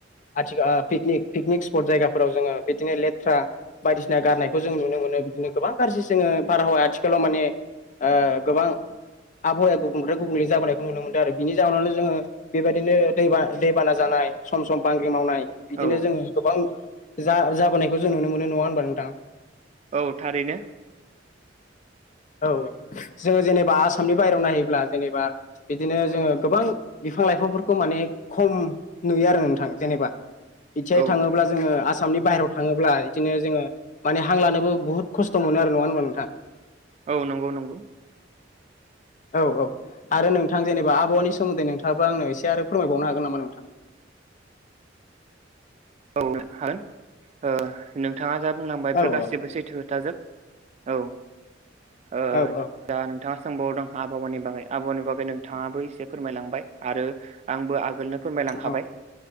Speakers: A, on the left; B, on the right.
A: आथिखा ओ पिकनिक पिकनिक स्पट जायगाफोराव जोङो बिदिनो लेथ्रा बायदिसिना गारनायखौ जों नुनो मो नो बिदिनो गोबां गारजि जोङो बारहावाया आथिखालाव माने ओ गोबां आबहावाया गुबुंनिफ्राय गुबुंले जाबोनायखौ नुनो मोनदो आरो। बिनि जाहोनावनो जोङो बेबायदिनो दै बाना दैबाना जाना य सम सम बांग्रि मावनाय बिदिनो
B: औ
A: जोङो गोबां जा जाबोनायखौ जों नुनो मोनो नङा होनबा नोंथां।
B: औ थारैनो।
A: औ। जोङो जेनेबा आसामनि बायेरायाव नायोब्ला जेनेबा बिदिनो जोङो गोबां बिफां लाइफांफोरखौ माने खम नुयो आरो नोंथां जेनेबा। बिथियाय
B: औ
A: थाङोब्ला जोङो आ सामनि बाहेरायाव थाङोब्ला बिदिनो जोङो माने हां लानोबो बुहुत खस्थ' मोनो आरो नङा होनबा नोंथां।
B: औ नोंगौ नोंगौ।
A: औ औ आरो नोंथां जेनेबा आबहावानि सोमोन्दै नोंथाङाबो आंनो एसे आरो फोरमायबावनो हागोन नामा नोंथां?
B: औ नों हागोन। ओ नोंथाङा जा बुंलांबाय
A: औ
B: बेफोर गासिबो
A: औ
B: सैथो खोथाजोब। औ ओ
A: औ औ
B: दा नोंथाङा सोंबावदों आबहावानि बागै आबहावानि बागै नोंथाङाबो एसे फोरमायलांबाय आरो आंबो आगोलनो फोरमायलांखाबाय
A: औ